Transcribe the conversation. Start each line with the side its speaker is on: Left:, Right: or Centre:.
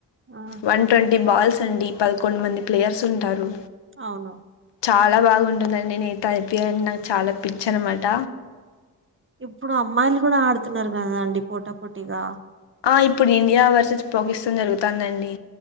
Right: ఆ
Left: వన్ ట్వంటీ బాల్స్ అండి పదకొండు మంది ప్లేయర్స్ ఉంటారు
Right: అవును
Left: చాలా బాగుంటుందండి నేను ఇతే అనిపించాలంటని నాకు చాలా పిచ్చ అనమాట
Right: ఇప్పుడు అమ్మాయిలు కూడా ఆడుతున్నారు కదా అండి పోటా పోటీగా
Left: ఆ ఇప్పుడు ఇండియా వరుస పోకిస్తాన్ జరుగుతుందండి